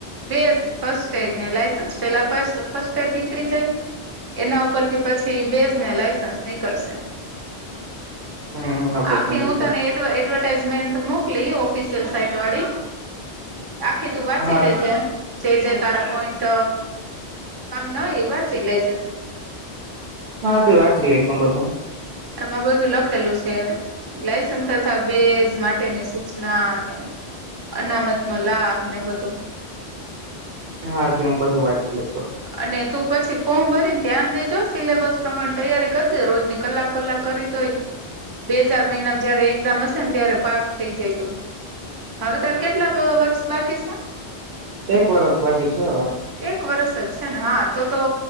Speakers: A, on the right; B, on the right.
A: બેસ્ટ ફસ્ટડ ને લ પેલા ફસ્ટ એડ નીકળી જાય એના ઉપરથી પછી બેસને લાયસન્સ નીકળશે
B: હમ ઓકે
A: આખી
B: સમજી
A: હું
B: ગયો
A: તને એટવ એડવર્ટાઈઝમેન્ટ મોકલી સ્પીશલ સાઈટ વાળી આખી તું વાંચી
B: હા
A: લેજે. જે જે તારા પોઈન્ટ કામના હોય એવા તે વાચી લેજે.
B: હા, તે વાંચી લાયખુ બધું.
A: એમાં બધું લખેલું છે લ તથા બેમાંથી તેની સૂચના અને અનામત નો લાભ ને બધું
B: હા, તો હું બધું વાંચી લઈ.
A: અને તો પછી ફોર્મ ભરીને ધ્યાન દેજો સિલેબસ પ્રમાણે તૈયારી કરીજે. રોજની કલાક, કલાક કરી તોય બે ચાર મહિના જયારે એક્ઝામ હશે ને ત્યારે પાસ થઈ જાય તું હવે તારે કેટલા વર્ષ બાકી છે?
B: એક વષૅ બાકી છે હવે.
A: એક વર્ષ જ છે ને હા તો તો